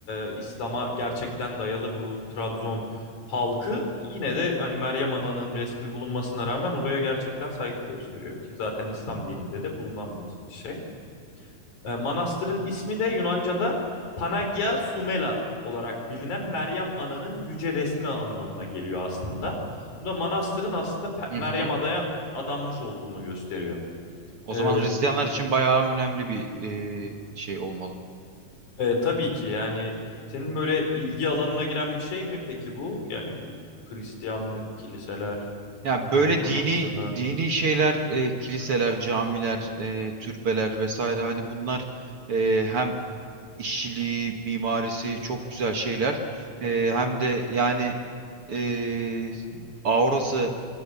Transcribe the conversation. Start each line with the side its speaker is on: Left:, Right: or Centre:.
Left: e, İslam'a gerçekten dayalı bu Trabzon halkı yine de hani Meryem Ana'nın resmi bulunmasına rağmen oraya gerçekten saygı gösteriyor ki zaten İslam dininde de bulunan bir şey. E, manastırın ismi de Yunanca'da Panagia Sumela olarak bilinen Meryem Ana'nın yüce resmi anlamına geliyor aslında. Bu da manastırın aslında Pe-
Right: Hı
Left: Meryem
Right: hı.
Left: Ada'ya adanmış olduğunu gösteriyor.
Right: O
Left: E,
Right: zaman Hristiyanlar için bayağı önemli bir e, şey olmalı.
Left: e, tabii ki yani senin böyle ilgi alanına giren bir şey mi peki bu? Yani bu Hristiyanlık, kiliseler,
Right: Ya böyle
Left: e, manastırlar.
Right: dini dini şeyler, e, kiliseler, camiler, e, türbeler vesaire hani bunlar e, hem işçiliği, mimarisi çok güzel şeyler. Ee, hem de yani e, aurası